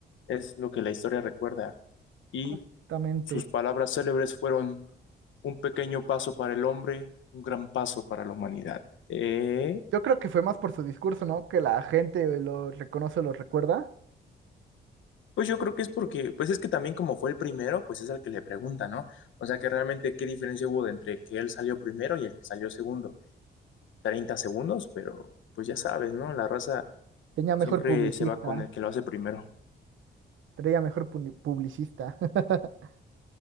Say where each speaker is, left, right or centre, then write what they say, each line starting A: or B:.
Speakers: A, on the left; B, on the right.
A: Es lo que la historia recuerda. Y
B: Justamente.
A: Sus palabras célebres fueron un pequeño paso para el hombre, un gran paso para la humanidad. Eh,
B: Yo creo que fue más por su discurso, ¿no? Que la gente lo reconoce, lo recuerda.
A: pues yo creo que es porque, pues es que también como fue el primero, pues es al que le pregunta, ¿no? O sea que realmente qué diferencia hubo entre que él salió primero y el que salió segundo. treinta segundos, pero pues ya sabes, ¿no? La raza
B: Tenía mejor
A: siempre
B: publicista,
A: se va con el que lo hace primero.
B: tenía mejor puni- publicista. <laughs>